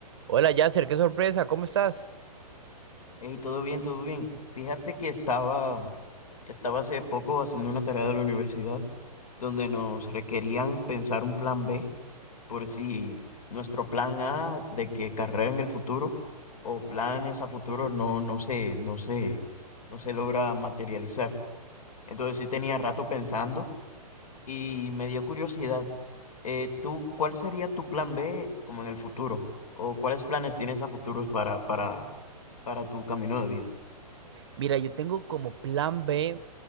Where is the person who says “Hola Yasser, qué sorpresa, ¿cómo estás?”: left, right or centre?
Right